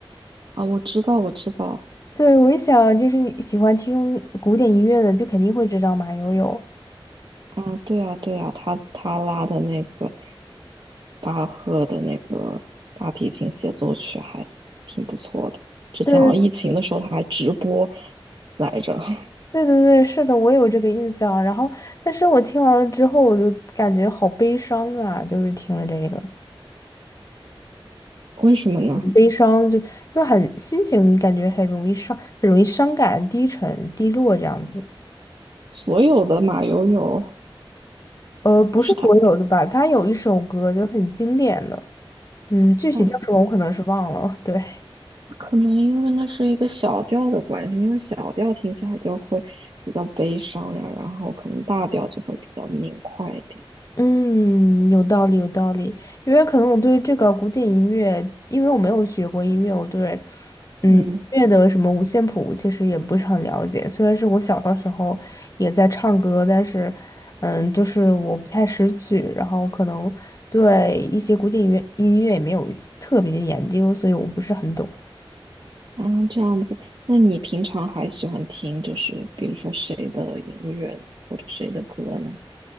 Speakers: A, on the right (about 60°); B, on the left (about 40°).
A: 啊，我知道，我知道。
B: 对，我一想就是你喜欢听古典音乐的，就肯定会知道马友友。
A: 啊，对啊，对啊，他他拉的那个巴赫的那个大提琴协奏曲还挺不错的。之前好像疫情的时候他还直播
B: 对，
A: 来着，<laughs>
B: 对对对，是的，我有这个印象。然后，但是我听完了之后，我就感觉好悲伤啊，就是听了这个，
A: 为什么呢？
B: 很悲伤就就很心情感觉很容易伤，很容易伤感、低沉、低落这样子。
A: 所有的马友友
B: 呃，不是所有的吧，
A: 就是他他
B: 他有一首歌就是很经典的，嗯，具体叫什么我可能是忘了。
A: 哦，
B: 对，
A: 可能因为那是一个小调的关系，因为小调听起来就会比较悲伤呀，然后可能大调就会比较明快一点。
B: 嗯，有道理，有道理。因为可能我对这个古典音乐，因为我没有学过音乐，我对嗯音乐的什么五线谱其实也不是很了解。
A: 嗯。
B: 虽然是我小的时候也在唱歌，但是嗯，就是我不太识曲，然后可能对一些古典音乐音乐也没有特别的研究，所以我不是很懂。
A: 啊，这样子，那你平常还喜欢听，就是比如说谁的音乐呢或者谁的歌呢？